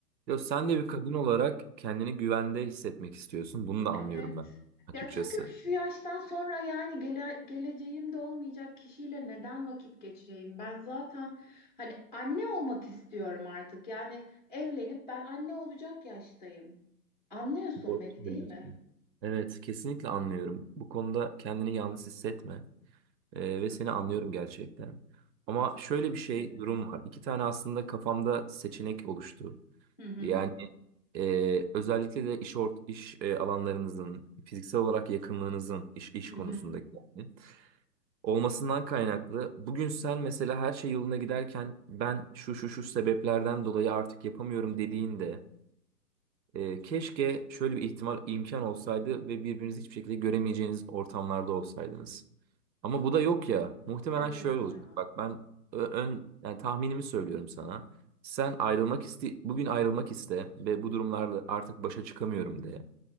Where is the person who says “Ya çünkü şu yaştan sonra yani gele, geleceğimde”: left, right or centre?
Left